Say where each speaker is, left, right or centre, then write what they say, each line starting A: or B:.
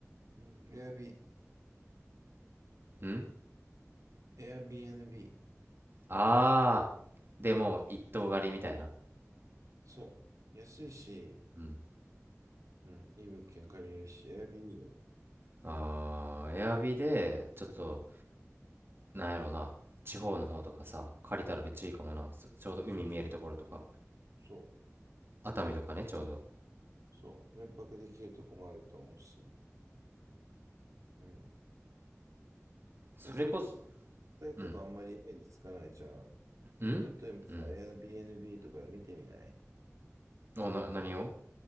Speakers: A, on the right; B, on the right.
A: うん、エアビ、
B: ん
A: エアビー NB。
B: あー、でもう一棟借りみたいな。
A: そう。安いし、
B: うん。
A: うん、いい物件借りれるし、エアビーいいよ。
B: あー、エアビで、ちょっと、なんやろな、地方の方とかさ、借りたらめっちゃいいかもな。そちょうど海見えるところとか、
A: そうそう、そう、
B: 熱海とかね、ちょうど。
A: そう。連泊できるとこもあると思うし。うん。
B: それこそ、
A: え、それこそ、国体とかあんまりイメージつかないじゃん。
B: うん、んうん。
A: ちょっと今さ、エア r b n b とかで見てみない
B: お、な、何を